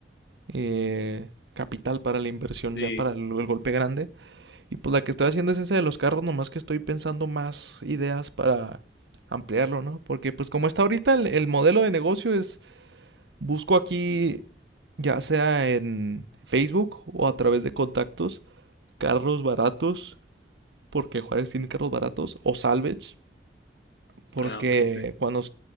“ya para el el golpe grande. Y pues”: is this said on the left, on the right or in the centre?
Right